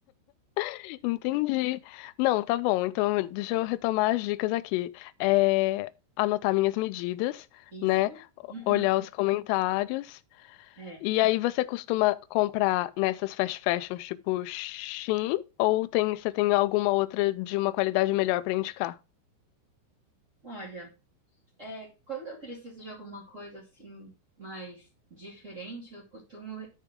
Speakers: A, on the left; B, on the right.
A: <laughs> Entendi. Não, tá bom. Então, deixa eu retomar as dicas aqui. É, anotar minhas medidas,
B: Isso.
A: né? O-
B: Uhum,
A: Olhar os comentários.
B: é.
A: E aí, você costuma comprar nessas fast fashions, tipo Shein? Ou tem, você tem alguma outra de uma qualidade melhor pra indicar?
B: Olha, é, quando eu preciso de alguma coisa assim mais diferente, eu costumo